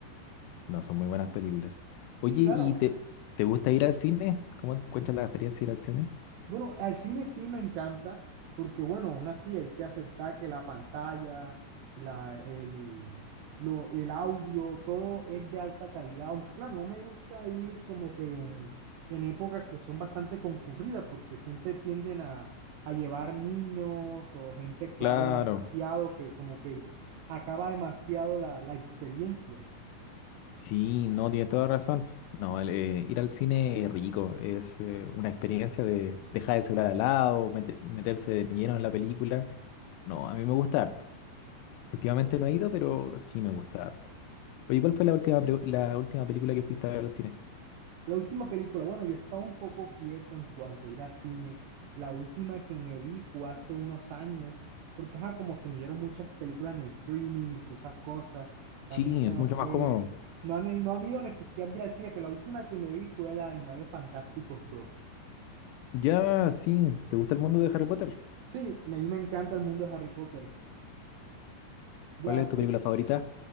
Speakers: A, on the left; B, on the right.
A: No, son muy buenas películas.
B: Sí,
A: Oye,
B: claro.
A: ¿y te, te gusta ir al cine? ¿Cómo cuentas la experiencia de ir al cine?
B: Bueno, al cine sí me encanta, porque bueno, aún así hay que aceptar que la pantalla, la, el, lo, el audio, todo es de alta calidad, aunque claro, no me gusta ir como que en, en épocas que son bastante concurridas, porque siempre tienden a, a llevar niños o gente que
A: Claro,
B: habla demasiado, que como que acaba demasiado la, la experiencia.
A: sí, no, tienes toda razón. No, el, eh, ir al cine es rico, es eh, una experiencia de dejar el celular al lado, mete- meterse de lleno en la película. No, a mí me gusta harto. Últimamente no he ido, pero sí me gusta harto. Oye, ¿cuál fue la última, pre- la última película que fuiste a ver al cine?
B: La última película, bueno, yo estaba un poco quieto en cuanto a ir al cine. La última que me vi fue hace unos años, porque ajá, como se me dieron muchas películas en streaming y todas esas cosas, realmente
A: Sí, es
B: no
A: mucho
B: fue,
A: más cómodo.
B: no ha, no ha habido necesidad de ir al cine, pero la última que me vi fue la de Animales Fantásticos dos
A: Ya, sí, ¿te gusta el mundo de Harry Potter?
B: Sí, me- a mí me encanta el mundo de Harry Potter. Ya
A: ¿Cuál es
B: soy,
A: tu película favorita